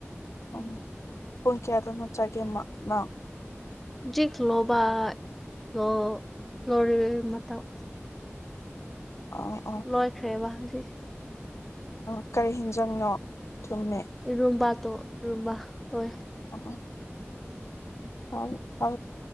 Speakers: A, in the centre; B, on the left.
A: ꯎꯝ
B: ꯑ ꯍꯨ ꯀꯌꯥ ꯑꯗ ꯃꯆꯥꯒꯦ ꯃꯥ ꯃꯥ꯫
A: ꯍꯧꯖꯤꯛ ꯂꯣꯕꯥ ꯂꯣ ꯂꯣꯔꯤ ꯃꯇꯝ
B: ꯑꯥ ꯑꯥ
A: ꯂꯣꯏꯈ꯭ꯔꯦꯕ ꯍꯧꯖꯤꯛ
B: ꯑ ꯀꯔꯤ ꯍꯦꯟꯖꯪꯅꯣ ꯊꯨꯝꯃꯦ
A: ꯏꯔꯨꯝꯕꯥꯗꯣ ꯏꯔꯨꯝꯕꯥ ꯇꯣꯛꯑꯦ꯫
B: ꯑ ꯍꯥꯎ ꯍ